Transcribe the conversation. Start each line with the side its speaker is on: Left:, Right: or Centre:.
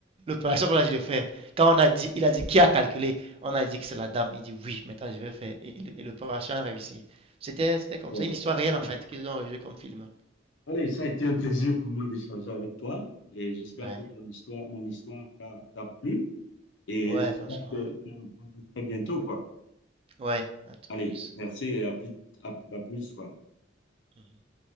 Right: l'opération qu'on a dit de faire. Quand on a dit, il a dit qui a calculé, on a dit que c'est la dame. Il dit oui, maintenant je vais faire. Et, et l'opération a réussi. C'était, c'était comme
Left: bon.
Right: ça, une histoire réelle en fait qu'ils ont rejoué comme film.
Left: Allez, ça a été un plaisir pour moi d'échanger avec toi et j'espère
Right: Ouais,
Left: que ton histoire, mon histoire t'a t'a plu et
Right: ouais,
Left: j'espère
Right: franchement.
Left: que que- que très bientôt, quoi.
Right: Ouais, un truc
Left: Allez,
Right: plus.
Left: merci et à plus, à à plus, quoi.
Right: Mhm.